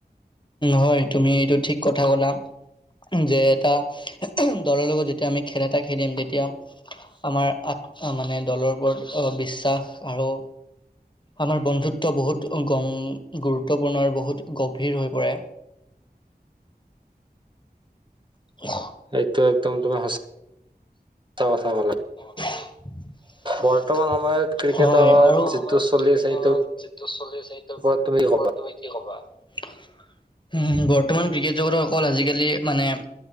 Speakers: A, on the left; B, on the right.
A: হয়, তুমি এইটো ঠিক কথা ক'লা। যে এটা দলৰ লগত যেতিয়া আমি খেল এটা খেলিম তেতিয়া আমাৰ আত আ মানে দলৰ ওপৰত বিশ্বাস আৰু আমাৰ বন্ধুত্ব বহুত গম গুৰুত্বপূৰ্ণ আৰু বহুত গভীৰ হৈ পৰে। <inaudible>
B: এইটো একদম তোমাৰ সচাঁ কথা কলা।
A: <inaudible> হয়,
B: বৰ্তমান সময়ত ক্ৰিকেটত
A: আৰু
B: যিটো
A: আমাৰ
B: চলি
A: ক্ৰিকেটত
B: আছে সেইটোৰ
A: যিটো চলি আছে তুমি
B: ওপৰত কি ক'বা
A: কি কবা? বৰ্তমান ক্ৰিকেট জগতৰ অকল আজিকালি মানে